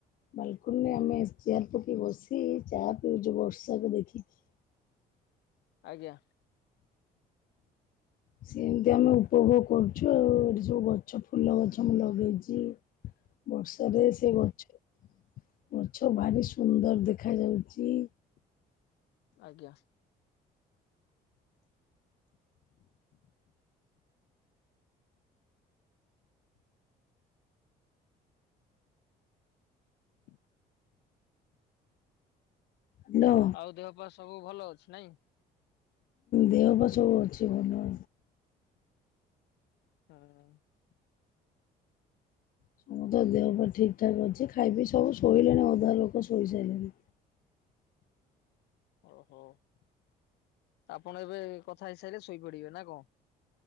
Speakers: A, on the left (about 55°); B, on the left (about 85°).
A: ବାଲକୁନରେ ଆମେ ଚେୟାର ପକେଇ ବସି ଚା ପିଉଛୁ ବର୍ଷାକୁ ଦେଖିିକି।
B: ଆଜ୍ଞା।
A: ସେମିତି ଆମେ ଉପଭୋଗ କରୁଛୁ ଆଉ ଏଠି ସବୁ ଗଛ ଫୁଲ ଗଛ ମୁଁ ଲଗେଇଛି
B: ହଁ
A: ବର୍ଷାରେ ସେ ଗଛ ଗଛ ଭାରି ସୁନ୍ଦର ଦେଖାଯାଉଛି।
B: ଆଜ୍ଞା ହ
A: ହାଲୋ
B: ଆଉ ଦେହ ପା ସବୁ ଭଲ ଅଛି ନାଇଁ।
A: ଦେହ ପା ସବୁ ଅଛି ଭଲ।
B: ହଁ
A: ସମ ତ ଦେହ ପା ଠିକ ଠାକ୍ ଅଛି ଖାଇ ପିଇ ସବୁ ଶୋଇଲେଣି ଅଧା ଲୋକ ଶୋଇ ସାଇଲେଣି।
B: ଓହୋ ଆପଣ ଏବେ କଥା ହେଇସାରିଲେ ଶୋଇପଡିବେ ନା କଣ?